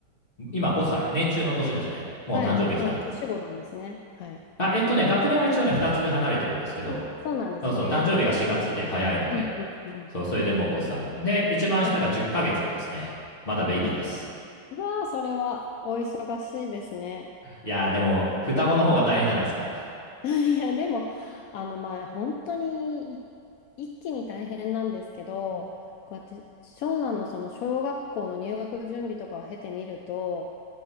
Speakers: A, on the left; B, on the left.
A: 今5歳。年中の年ですね。もう誕生日来たんで。
B: はい。あ、年頃なんですね。はい。
A: あ、えっとね、学年は一応ね、2つ離れてるんですけど、
B: あ、そうなんですね。
A: そうそう、誕生日が4月で早いので、
B: うんうんうん。
A: そう、それでもう5歳。で、一番下が10ヶ月ですね。
B: はい。
A: まだベイビーです。
B: あうわあ、それはお忙しいですね。
A: いやー、でも、双子の方が大変じゃないですか。
B: <laughs> いや、でも、あの、まあ、本当にい一気に大変なんですけど、こうやって長男のその小学校の入学準備とかを経てみると、